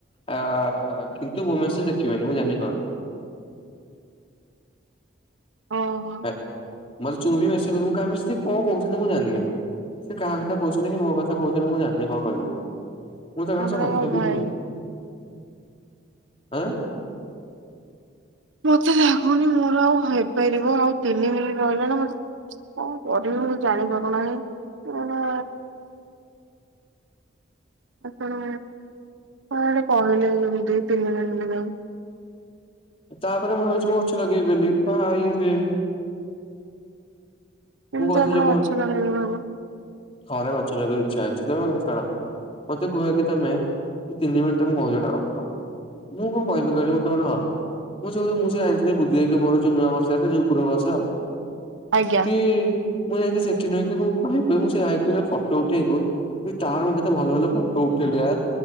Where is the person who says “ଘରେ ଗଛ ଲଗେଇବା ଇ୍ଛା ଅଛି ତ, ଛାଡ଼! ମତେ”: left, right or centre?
Left